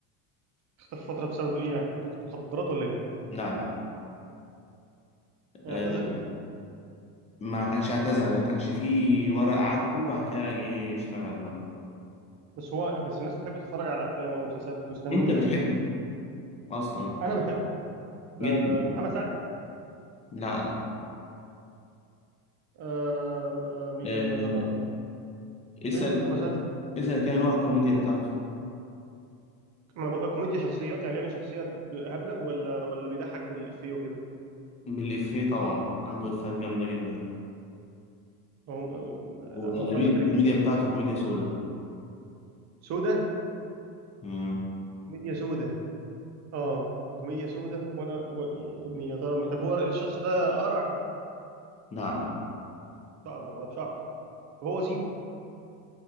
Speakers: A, on the right; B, on the left.
A: اختفى فتره بسبب ايه يعني مخدرات ولا ايه
B: لا لا
A: إيه،
B: آه،
A: اعتزل
B: ما كانش اعتزل ما كانش فيه ورق عاجبه وبعد كده جه يشتغل بقى
A: بس هو بس الناس تحب تتفرج على افلام او مسلسلات ويستنوه
B: أنت بتحبه
A: يعني
B: أصلا
A: انا بحب ده
B: جدا
A: ده محمد سعد ده
B: لا لا
A: آه آه مين
B: آه،
A: يا ترى
B: اسأل
A: فيلم
B: كده
A: مسلسل
B: اسأل كده نوع الكوميديا بتاعته
A: ما انا بقول كوميديا شخصيات يعني بيعمل شخصيه هبله ولا ولا بيضحك بالافيه وكده
B: بالإفيه طبعا عنده إفيهات جامدة جدا
A: ما هم آه،
B: وغالبية
A: لا ما هو طلعت زكريا
B: الكوميديا بتاعته كوميديا سودا
A: سودا
B: مم.
A: كوميديا سودا اه كوميديا سودا وانا و... مين يا ترى مين؟ طب هو الشخص ده اقرع
B: لا لا
A: شعر على بشعر هو وسيم